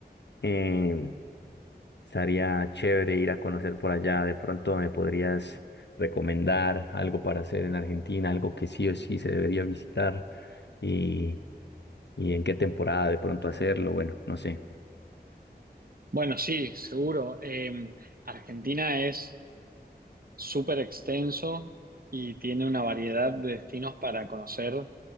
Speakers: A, on the left; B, on the right.
A: Eh, Estaría chévere ir a conocer por allá. De pronto me podrías recomendar algo para hacer en Argentina, algo que sí o sí se debería visitar y, y en qué temporada de pronto hacerlo. Bueno, no sé.
B: Bueno, sí, seguro. Eh, Argentina es súper extenso y tiene una variedad de destinos para conocer